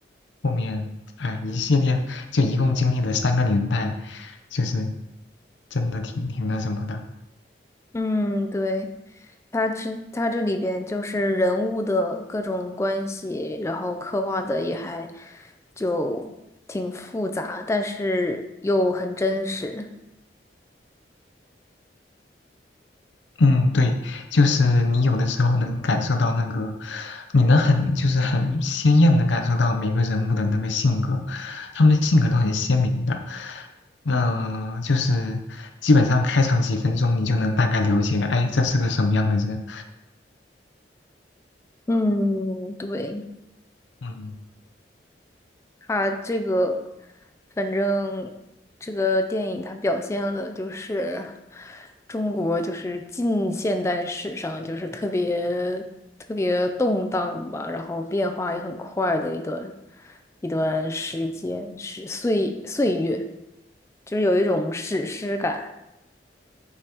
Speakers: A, on the left; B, on the left.
A: 后面，哎，一系列就一共经历了三个年代，就是真的挺挺那什么的。
B: 嗯，对，它这它这里边就是人物的各种关系，然后刻画的也还就挺复杂，但是又很真实。
A: 嗯，对，就是你有的时候能感受到那个，你能很就是很鲜艳的感受到每个人物的那个性格，他们性格都很鲜明的。那就是基本上开场几分钟，你就能大概了解，哎，这是个什么样的人。
B: 嗯，对。
A: 嗯。
B: 它这个，反正这个电影它表现了就是中国就是近现代史上就是特别特别动荡吧，然后变化也很快的一段一段时间，是岁岁月，就是有一种史诗感。